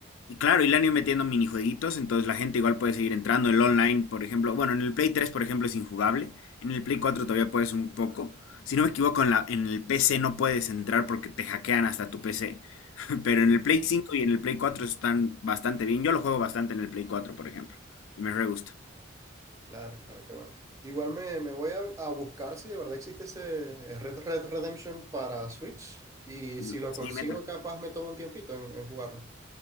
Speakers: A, on the left; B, on the right.
A: Y claro, y le han ido metiendo minijueguitos, entonces la gente igual puede seguir entrando. El online, por ejemplo, bueno, en el Play 3, por ejemplo, es injugable. En el Play 4 todavía puedes un poco. Si no me equivoco, en la, en el PC no puedes entrar porque te hackean hasta tu PC. <laughs> Pero en el Play 5 y en el Play 4 están bastante bien. Yo lo juego bastante en el Play 4, por ejemplo. Y me re gusta.
B: Claro, claro, que bueno. Igual me, me voy a, a buscar si de verdad existe ese eh, Red Red Redemption para Switch y
A: Mm,
B: si lo
A: Sí,
B: consigo
A: meta.
B: capaz me tomo un tiempito en, en jugarlo.